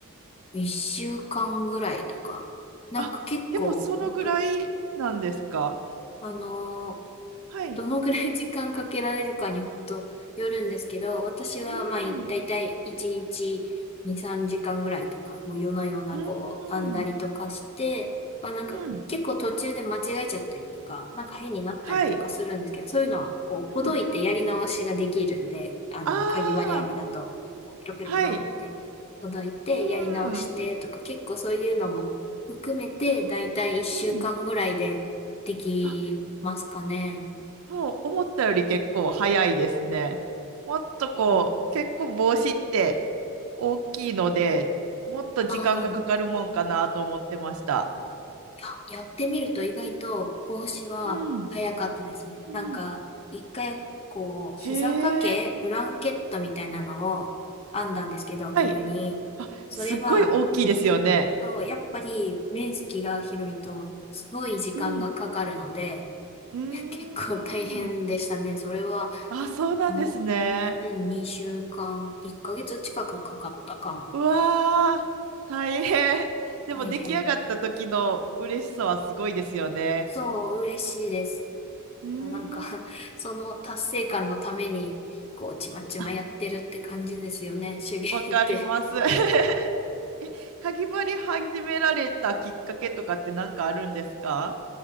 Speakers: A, on the left; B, on the right.
A: 一週間ぐらいとか、なんか結構、
B: あ、でもそのぐらいなんですか
A: 本当あの
B: はい。
A: どのぐらい時間かけられるかに本当よるんですけど、私はまあい大体1日2、
B: うん。
A: 3時間ぐらいとか、もう夜な夜なこう、
B: う
A: 編んだりとかして、
B: ん。
A: まあなんか結構途中で間違えちゃったりとか、
B: うん。
A: なんか変になったりとかするんですけど、
B: はい。
A: そういうのはこう、
B: うん。
A: ほどいてやり直しができるんで、あの、
B: あ
A: かぎ針編みだと、
B: あ、
A: こうピロピロピロってほどいてやり直してとか、
B: はい。うん。
A: 結構そういうのも含めて、大体1週間ぐらいでできますかね。
B: うん。あ、そう、思ったより結構早いですね。もっとこう、
A: うん
B: 結構帽子って大きいので、もっと時間がかかるもんかなと思ってました。
A: あーあ、やってみると意外と帽子は早かったですね。
B: うん。うん。
A: なんか、一回、こう、
B: へえ。
A: 膝掛け、ブランケットみたいなのを編んだんですけど、冬に。
B: はい。あ、
A: それは、
B: すっごい大きいですよね。
A: そう、やっぱり面積が広いと、すごい時間がかかるので、
B: うん。うーん。
A: <laughs> 結構大変でしたね。それは、
B: あ、そうなんですね。
A: もう、うん、2週間、1ヶ月近くかかったかも。
B: うわー、大変。<laughs> でも出来上がった時の嬉しさはすごいですよね。
A: 大変。そう、嬉しいです。
B: うーん。
A: なんか <laughs> その達成感のために、こう、ちまちまやってるって感じですよね、
B: あ、
A: 手芸って。
B: わかります。<laughs> えかぎ針始められたきっかけとかって何かあるんですか